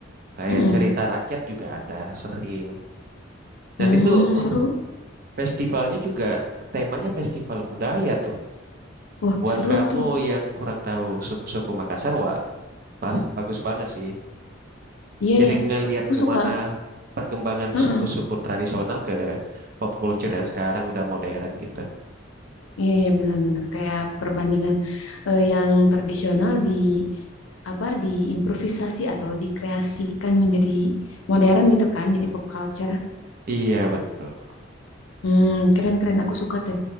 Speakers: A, on the right (about 45°); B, on the left (about 80°).
A: Kayak
B: Mm-mm.
A: cerita rakyat juga ada sering. Dan
B: Hmm,
A: itu
B: seru.
A: eh, festivalnya juga temanya festival budaya tuh.
B: Wah,
A: Buat
B: seru
A: kamu
B: tuh.
A: yang kurang tahu suku-suku Makassar, wah, pas- bagus banget sih.
B: Iya
A: Jadi
B: ya,
A: ngelihat
B: aku
A: gimana
B: suka.
A: perkembangan
B: Heeh.
A: suku-suku tradisional ke pop culture yang sekarang udah modern gitu.
B: Iya ya, benar-benar kayak perbandingan eh, yang tradisional di apa diimprovisasi atau dikreasikan menjadi modern gitu kan, jadi pop culture.
A: Iya, betul.
B: Hmm, keren-keren aku suka tuh